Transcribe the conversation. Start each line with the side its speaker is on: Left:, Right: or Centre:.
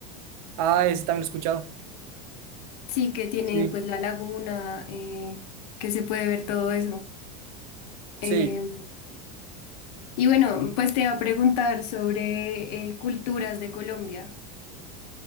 Right: Ah, ese también lo he escuchado.
Left: Sí, que tiene
Right: Sí,
Left: pues la laguna, eh, que se puede ver todo eso.
Right: sí,
Left: Eh, y bueno, pues te iba a preguntar sobre eh, culturas de Colombia.